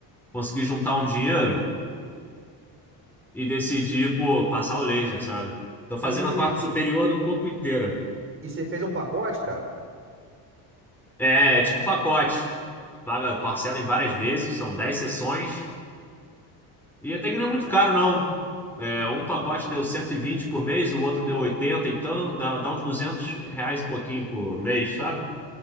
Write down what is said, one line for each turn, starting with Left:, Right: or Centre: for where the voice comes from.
Centre: consegui juntar um dinheiro e decidi, pô, passar o laser, sabe? Tô fazendo
Right: E,
Centre: a parte superior do corpo inteiro.
Right: e você fez um pacote, cara?
Centre: É, é tipo pacote. Paga parcela em várias vezes, são 10 sessões. E até que não é muito caro, não. É, um pacote deu 120 por mês, o outro deu oitenta então dá, dá uns 200 reais e pouquinho por mês, sabe?